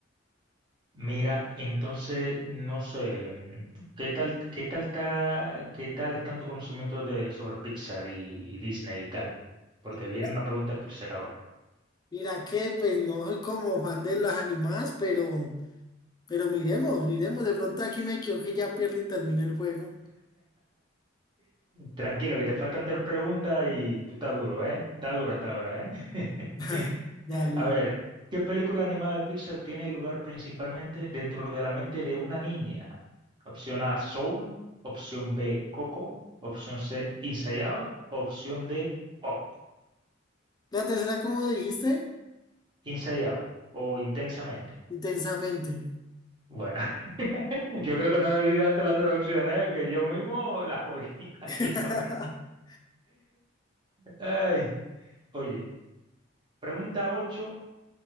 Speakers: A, on the right; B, on the left.
A: Mira, entonces, no sé, mm, ¿qué tal, qué tal, ta- qué tal están tu conocimiento de, sobre Pixar y, y Disney y tal? Porque viene
B: Mira,
A: una pregunta de Pixar ahora.
B: mira que pues no soy como fan de las animadas, pero, pero miremos, miremos. De pronto aquí me equivoqué, y ya pierdo y termina el juego.
A: Tranquilo, que te faltan tres preguntas y tú estás duro, ¿eh? Está duro hasta ahora, ¿eh?
B: <laughs>
A: <laughs>
B: Dale.
A: A ver, ¿qué película animada de Pixar tiene lugar principalmente dentro de la mente de una niña? Opción A, Soul. Opción B, Coco. Opción C, Inside Out. Opción D, Up.
B: La tercera, como dijiste,
A: Inside Out o Intensamente.
B: intensamente.
A: Bueno, <laughs> yo creo que no debí darte la traducción, ¿eh? Que yo mismo la jodí. <laughs> ahí,
B: <laughs>
A: la verdad. Ay, oye. Pregunta 8: